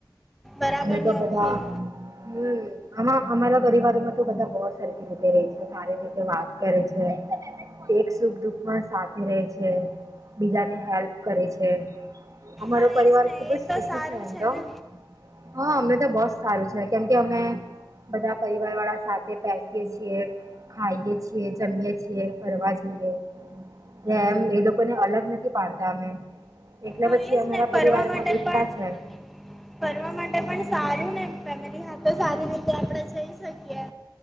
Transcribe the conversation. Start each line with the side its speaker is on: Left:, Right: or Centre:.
Centre: બરાબર
Right: અમે તો
Centre: નથી
Right: બધા હમ્મ આ અમારા પરિવારમાં તો બધા બહ સરખી રીતે ર છે સારી રીતે વાત કરે છે. એક સુખ દુખમાં સાથે રહે છે બીજાને હેલ્પ કરે છે. અમારો
Centre: હા
Right: પરિવાર
Centre: એજ ને
Right: ખુબ
Centre: એ
Right: જ સુખી
Centre: તો સારું
Right: છે એમ તો
Centre: ને
Right: હા અમને તો બસ સારું છે કેમ કે અમે બધા પરિવાર વાળા સાથે બેસીય છીએ ખાઈએ છીએ જમીએ છીએ ફરવા જઈએ એમ એ લોકોને અલગ નથી પાડતા અમે એટલે
Centre: હા
Right: પછી
Centre: એજ
Right: અમારા
Centre: ને
Right: પરિવાર
Centre: ફરવા
Right: માં
Centre: માટે
Right: એકતા છે
Centre: <inaudible> ફરવા માટે પણ સારું ને ફેમિલી હા તો સારી રીતે આપણે જઈ શકીએ